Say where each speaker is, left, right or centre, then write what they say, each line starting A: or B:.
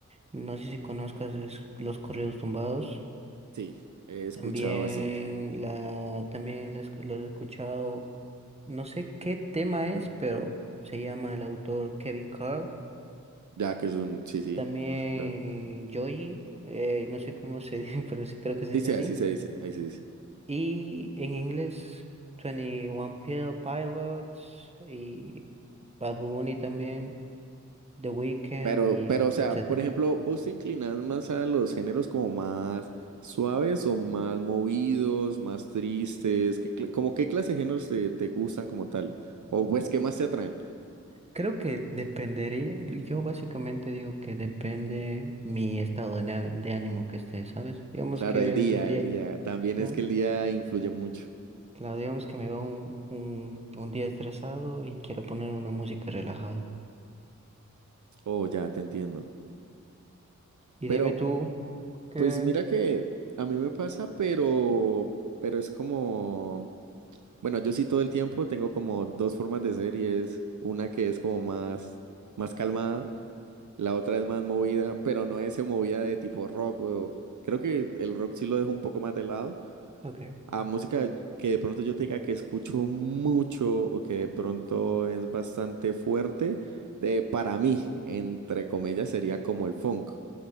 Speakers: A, on the right (about 20°); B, on the right (about 70°).
A: no sé si conozcas es los corridos tumbados.
B: Sí, he escuchado
A: También
B: bastante.
A: la, también la esc- lo he escuchado, no sé qué tema es, pero se llama el autor Kevin Carl.
B: Ya que es un, sí, sí,
A: También
B: yo lo he escuchado.
A: Joji, eh, no sé cómo se dice, <laughs> pero sí creo que se
B: Sí,
A: dice
B: sí,
A: así.
B: así se dice, ahí se dice.
A: Y en inglés, 21 Pil- Pilots y Bad Bunny también, The Weeknd
B: Pero,
A: y
B: pero, o sea,
A: etcétera.
B: por ejemplo, ¿vos te inclinás más a los géneros como más suaves o más movidos, más tristes? ¿Qué, cla- como qué clase de géneros te, te gustan como tal? O pues, ¿qué más te atraen?
A: Creo que dependería, yo básicamente digo que depende mi estado de, na- de ánimo que esté, ¿sabes? Digamos
B: Claro,
A: que
B: el día,
A: es un día,
B: el día. También
A: digamos,
B: es que el día influye mucho.
A: claro, digamos que me va un, un, un día estresado y quiero poner una música relajada.
B: Oh, ya, te entiendo.
A: Y
B: Pero,
A: dime tú, ¿qué?
B: pues mira que a mí me pasa, pero, pero es como, bueno, yo sí todo el tiempo tengo como dos formas de ser y es una que es como más, más calmada La otra es más movida, pero no es movida de tipo rock. o- Creo que el rock sí lo dejo un poco más de lado.
A: Ok,
B: A música que de pronto yo te diga que escucho mucho o que de pronto es bastante fuerte, de, para mí, entre comillas, sería como el funk.